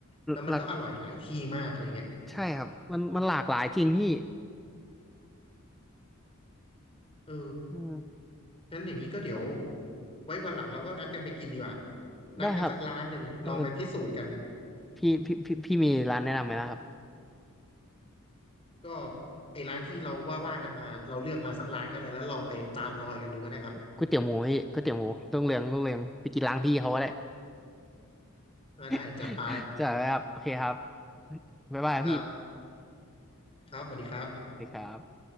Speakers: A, on the left; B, in the centre.
A: แล้วมันก็อร่อยหลายที่มากอะไรเงี้ย
B: หลักใช่ครับมันมันหลากหลายจริงพี่
A: เออ
B: อืม
A: นั้นอย่างนี้ก็เดี๋ยวไว้วันหลังเราก็นัดกันไปกินดีกว่านัดกันสักร้านหนึ่งลองไปพิสูจน์กัน
B: ได้ครับเออพี่พี่พี่พี่มีร้านแนะนำไหมนะครับ
A: ก็ไอ้ร้านที่เราว่าว่ากันมาเราเลือกมาสักร้านก็ได้แล้วลองไปตามรอยกันดูก็ได้ครับ
B: ก๋วยเตี๋ยวหมูพี่ก๋วยเตี๋ยวหมูรุ่งเรืองรุ่งเรืองไปกินร้านพี่เขาก็ได้
A: อ่าได้จัดไป
B: <laughs> จ้ะครับโอเคครับบ๊ายบายครับพี่
A: ครับครับสวัสดีครับ
B: สวัสดีครับ